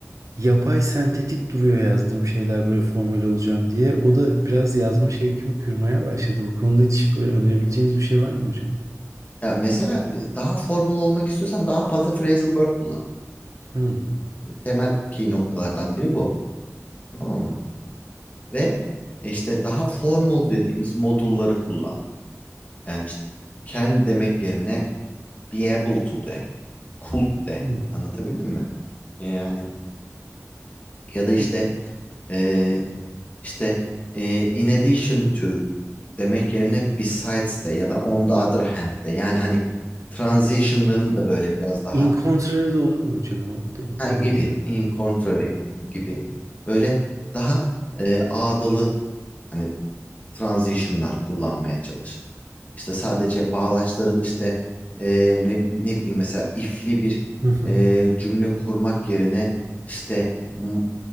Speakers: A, on the right; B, on the left.
A: Yapay sentetik duruyor yazdığım şeyler böyle formal olacağım diye. O da biraz yazma şevkimi kırmaya başladı. Bu konuda hiç böyle önerebileceğiniz bir şey var mı hocam?
B: Ya mesela e, daha formal olmak istiyorsan daha fazla phrasal verb kullan.
A: Hmm.
B: E, Temel key noktalardan biri bu. Tamam mı? Ve e, işte daha formal dediğimiz modulları kullan. Yani işte can demek yerine be able to de, could de.
A: Hmm.
B: Anlatabildim mi? E, Yani ya da işte
A: Bir
B: e, işte e, in addition to demek yerine besides de ya da on the other hand de. Yani hani transitionlarını
A: hmm.
B: da böyle biraz daha
A: In contrary de olur mu hocam o dediklerinize?
B: ha, gibi in contrary gibi böyle daha e, ağdalı hani transitionlar kullanmaya çalış. İşte sadece bağlaçların işte e, ne, ne bileyim mesela ifli bir
A: Hı hı.
B: e, cümle kurmak yerine işte m-